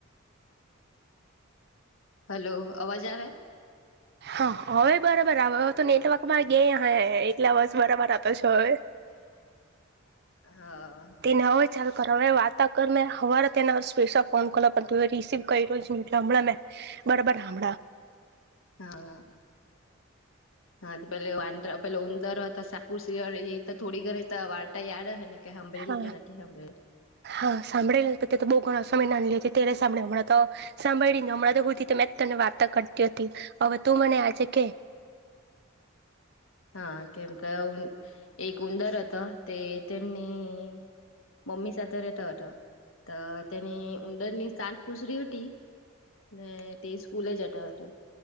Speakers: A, on the left; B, on the right.
A: હલો અવાજ આવે.
B: હા હવે બરાબર આવ હ તો નેટવર્ક ગેય અહે એટલ અવાજ બરાબરઆતો છે હવે.
A: <inaudible> હ અ.
B: તેને હવે ચાલ હવે વાર્તા કર ને હવારે તેન સ્પેસ ફોન કર પણ તું એ રિસીવ કર્યો જ ની એટલે હમણાં મેં બરોબર હામડા
A: હા. હા તો પેલ વાંદ્ર પેલુ ઉંદર હતા સાકુશિયળ એ થોડી ઘણી વાર્તા યાદ અહે ને. કે સાંભળેલી
B: હા
A: કે નથી સાંભળેલી
B: હા સાંભળેલા તે તો બ <unintelligible> સમય નાલી અતિ ત્યારે સાંભળી હમણાં તો સાંભળીને હમણાં તો હુંતી તો મેં તને વાર્તા કરતી હતી હવે. તું મને આજે કે
A: <inaudible> હા કેમક એક ઇ ઉંદર હતા તે તેમની મમ્મી સાથે રહેતો હતો તો તેની ઉંદરની સાટ પૂસરી હુટી ને તે સ્કૂલે જટો હટો